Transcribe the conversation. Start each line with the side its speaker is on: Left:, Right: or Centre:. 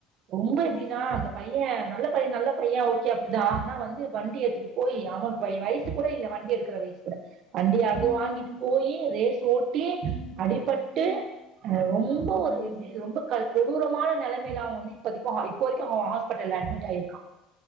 Right: ரொம்ப எப்பிடின்னா
Left: ம்
Right: அந்த பையே நல்ல பையே நல்ல பையே க்ய அப்டிதா ஆனா வந்து வண்டி எடுத்துட்டு போய் அவன்க்கு வயசு கூட இல்ல வண்டி எடுக்கற வயசு கூட வண்டியா அது
Left: ம்
Right: வாங்கிட்டு
Left: ம்
Right: போய் ரேஸ் ஓட் டியே
Left: ம்
Right: அடிபட்டு
Left: ம்
Right: அ ரொம்ப
Left: அய்யய்யோ
Right: ஒரு இது ரொம்ப க கோ தூரமான நெலமையில அவ வந்து இப்போதைக்கி இப்போதைக்கு அவ ஹாஸ்பேட்டல்ல அட்மிட் ஆயிருக்கா